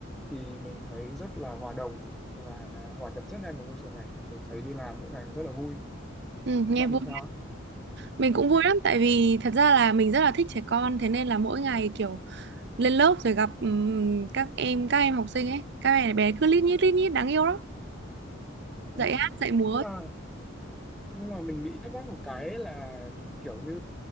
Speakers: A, in the centre; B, on the right.
A: thì mình thấy rất là hòa đồng và hòa nhập rất nhanh vào môi trường này mình thấy đi làm mỗi ngày rất là vui
B: Ừ, nghe
A: bạn
B: vui.
A: thì sao
B: Mình cũng
A: Ờ,
B: vui lắm tại vì thật ra là mình rất là thích trẻ con thế nên là mỗi ngày kiểu lên lớp rồi gặp ừm, các em các em học sinh ấy, các bé bé cứ lít nhít lít nhít đáng yêu lắm.
A: ờ.
B: Dạy hát, dạy múa
A: nhưng mà nhưng mà mình bị thắc mắc một cái là kiểu như